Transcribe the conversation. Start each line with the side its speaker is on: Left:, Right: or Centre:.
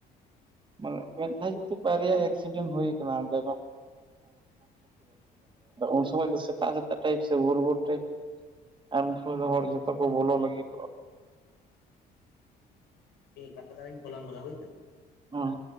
Right: ᱢᱟᱱᱮ ᱢᱤᱫ ᱫᱷᱟᱣ ᱡᱮᱦᱮᱛᱩ ᱵᱟᱨᱭᱟ ᱮᱠᱥᱤᱰᱮᱱᱴ ᱦᱩᱭ <unintelligible> ᱪᱷᱚᱴ ᱩᱱ ᱥᱚᱢᱚᱭ ᱛᱟ ᱴᱟᱭᱯ ᱥᱮ ᱵᱷᱳᱨ ᱵᱷᱳᱨ ᱴᱟᱭ ᱟᱢ ᱥᱩᱨ ᱦᱚᱲ ᱡᱚᱛᱚ ᱠᱚ ᱵᱚᱞᱚ ᱞᱟᱜᱤᱫ
Left: ᱮᱭ <unintelligible> ᱠᱳᱞᱟᱢ ᱠᱟᱱᱟ <unintelligible>
Right: ᱦᱚᱸ᱾